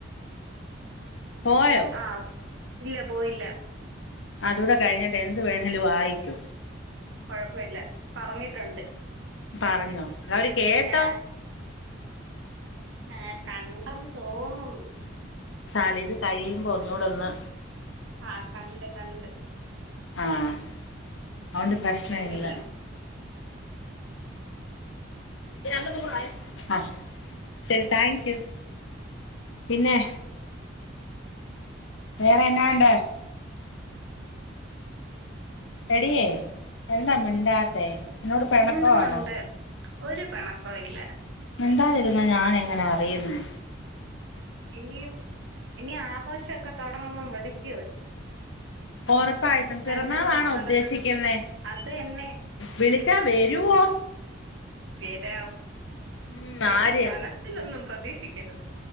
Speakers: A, on the left (about 75°); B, on the right (about 70°).
A: പോയോ
B: അ ഇല്ല പോയില്ല.
A: അതൂടെ കഴിഞ്ഞിട്ട് എന്ത് വേണേലും ആയിക്കോ
B: കൊഴപ്പല്ല പറഞ്ഞിട്ടൊണ്ട്.
A: പറഞ്ഞോ അവര് കേട്ടോ?
B: ആഹ് ആഹ് കണ്ടന്ന് തോന്നുന്നു
A: സാര്ല്ല ഇത് കഴിയുമ്പോ ഒന്നൂടൊന്ന്
B: ആഹ് കണ്ട് കണ്ട്
A: ആഹ് അവൊണ്ട് പ്രശ്നല്ല
B: സീനില്ല
A: <unintelligible> ആഹ് ശരി താങ്ക് യു പിന്നെ? വേറെ എന്നാഒണ്ട്? എടിയേ എന്താ മിണ്ടാത്തെ? എന്നോട് പെണക്കവാണോ?
B: മിണ്ടുന്നുണ്ട് ഒരു പിണക്കോ ഇല്ല
A: മിണ്ടാതിരുന്നാ ഞാനെങ്ങനാ അറിയുന്നെ
B: ഇനിയും ഇനി ആഘോഷൊക്കെ തൊടങ്ങുമ്പം വിളിക്കിയോ?
A: ഒറപ്പായിട്ടും പിറന്നാളാണോ
B: രണ്ട് മാസോടൊക്കെ
A: ഉദ്ദേശിക്കുന്നേ
B: അത് എന്നെ
A: വിളിച്ചാ വരുവോ?
B: പേരാം
A: ഉം
B: പക്ഷെ
A: ആര്
B: കനത്തിലൊന്നും പ്രതീക്ഷിക്കരുത്.